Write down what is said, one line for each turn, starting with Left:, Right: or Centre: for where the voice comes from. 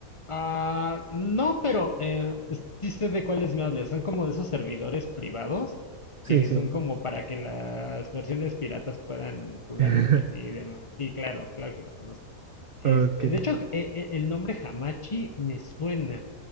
Left: Ah, no, pero eh, es- sí sé de cuáles me hablas. Son como de esos servidores privados
Right: Sí,
Left: que
Right: sí.
Left: son como para que las versiones piratas puedan jugar
Right: <laughs>
Left: entre sí y demás. Sí, claro, claro que los conozco. Este,
Right: Ok.
Left: de hecho, e- e- el nombre Hamachi me suena